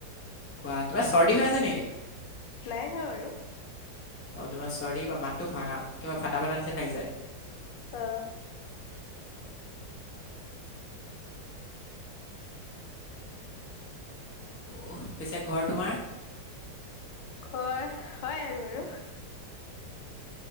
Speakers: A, on the left; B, on the left.
A: কোৱা তিবা চৰ্দি হৈ আছে নেকি?
B: নাই হোৱা বাৰু।
A: অ, তোমাৰ চৰ্দি কিবা মাতটো ভাঙা কিবা ফটা ফাটা নিচিনা লাগিছে।
B: অ,
A: অ, পিছে ঘৰ তোমাৰ?
B: ঘৰ হয় আৰু বাৰু।